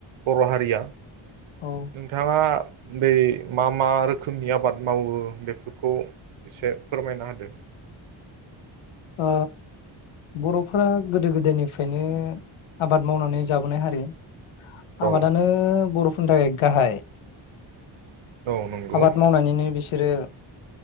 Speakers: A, on the right; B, on the left.
A: बर' हारिया
B: ओ
A: <unintelligible> नोंथाङा बै मा मा रोखोमनि आबाद मावो बेफोरखौ? एसे फोरमायना होदो?
B: ओ बर'फोरा गोदो गोदायनिफ्रायनो आबाद मावनानै जाबोनाय हारि। आबादानो
A: औ
B: बर'फोरनि थाखाय गाहाय
A: औ नंगौ
B: आबाद मावनानैनो बिसे बिसोरो